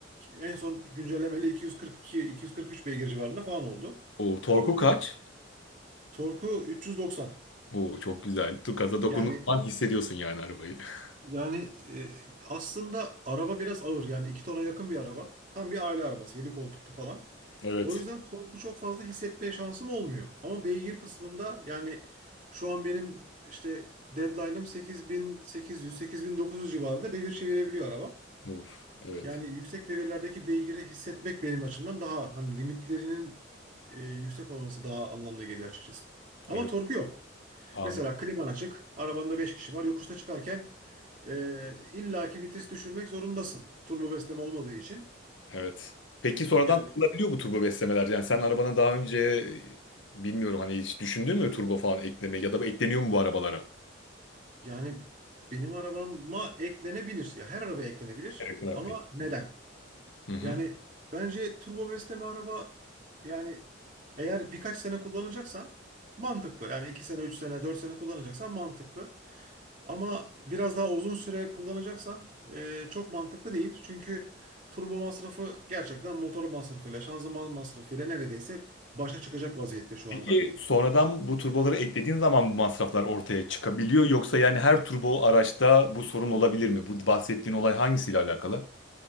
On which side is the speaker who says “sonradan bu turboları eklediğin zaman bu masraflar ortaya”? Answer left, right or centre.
Left